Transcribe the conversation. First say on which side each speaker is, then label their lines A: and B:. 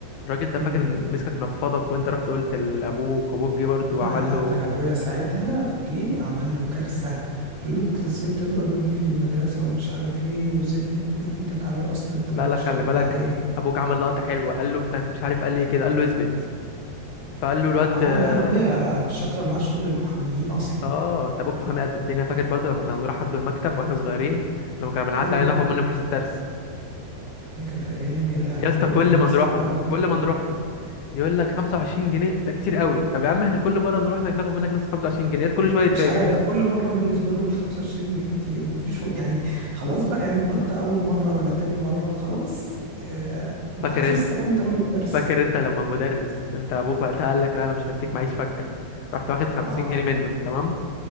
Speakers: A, on the left; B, on the right.
A: الراجل ده
B: مم.
A: فاكر ان مسكك نفضك وانت رحت قلت لابوك ابوك جه برضه وعمل
B: لا
A: له
B: ده أنا أبويا ساعتها جه عمل له كارثة قال له أنت إزاي تضرب ابني في المدرسة ومش عارف إيه وإزاي تمدك إيدك عليه أصلا أنت
A: لا
B: مالكش
A: لا خلي
B: ضرب
A: بالك
B: عليه
A: ابوك عمل لقطه حلوه قال له ابنك مش عارف قال ايه كده قال له اثبت فقال له الواد
B: آه
A: آه
B: لا أنا أبويا شغل معاه شغل المحاميين أصلا
A: آه، انت ابوك محامي قد الدنيا فاكر برضه لما كنا بنروح عنده المكتب واحنا صغيرين لما كنا بنعدي
B: أيوه
A: عليه ناخد منه فلوس الدرس
B: دي كانت أيام يا لهوي
A: يا اسطى كل
B: أيام
A: ما
B: صعبة
A: نروح له
B: أوي
A: كل
B: يعني.
A: ما نروح له يقول لك 25 جنيه ده كتير قوي طب يا عم احنا كل مره نروح لك ناخد منك نفس 25 جنيه كل شويه يتفاجئ
B: مش عارف
A: يا
B: كل مره بالنسبه له ال 25 جنيه كتير ومفيش و- يعني خلاص بقى يعني انت قلتها اول مره ولا تاني مره خلاص آه انت
A: فاكر
B: حفظت
A: انت
B: يعني تمن الدرس
A: فاكر انت لما مدرس انت ابوك وقتها قال لك لا انا مش هديك معيش فكه رحت واخد 50
B: اه
A: جنيه منه تمام